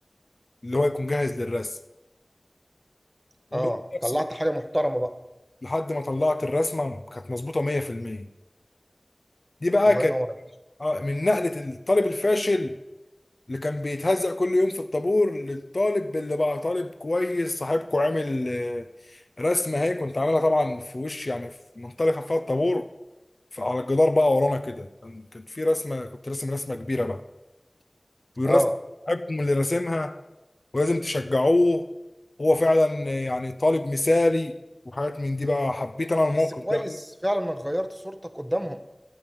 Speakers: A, on the left; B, on the right.
A: اللي هو يكون جاهز للرسم وبدات
B: اه
A: ارسم
B: طلعت حاجه محترمه بقى
A: لحد ما طلعت الرسمه كانت مظبوطه 100% دي بقى
B: الله
A: كانت
B: ينور عليك.
A: آه، من نقله الطالب الفاشل اللي كان بيتهزق كل يوم في الطابور للطالب اللي بقى طالب كويس صاحبكو عامل آه، رسمه هي كنت عاملها طبعا في وش يعني في منطلقه فيها الطابور فعلى الجدار بقى ورانا كده كان كانت في رسمه كنت راسم رسمه كبيره بقى والرسم
B: اه
A: حقكم اللي راسمها ولازم تشجعوه هو فعلا يعني طالب مثالي وحاجات من دي بقى حبيت انا الموقف
B: بس كويس
A: ده أوي.
B: فعلا انك غيرت صورتك قدامهم